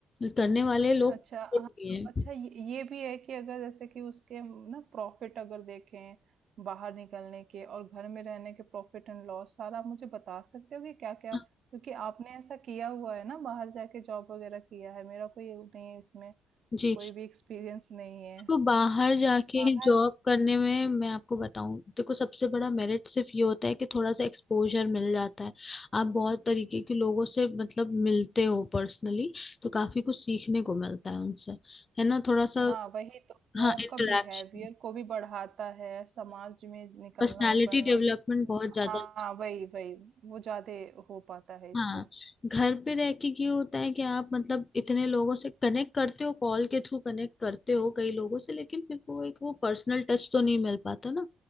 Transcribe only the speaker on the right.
अच्छा
हाँ तो
अच्छा ये, ये भी है कि अगर जैसे कि उसके हम ना प्रॉफिट अगर देखें बाहर निकलने के और घर में रहने के प्रॉफिट एंड लॉस सारा आप मुझे बता सकते हो कि क्या क्या
क्योंकि आपने ऐसा किया हुआ है ना बाहर जाके जॉब वगैरह किया है मेरा कोई वो नहीं है इसमें
कोई भी एक्सपीरियंस नहीं है
तो बाहर
हाँ वही तो वो
आपका
बिहेवियर को भी बढ़ाता है समाज में निकलना
उकलना
हाँ वही वही वो ज्यादा हो पाता है इससे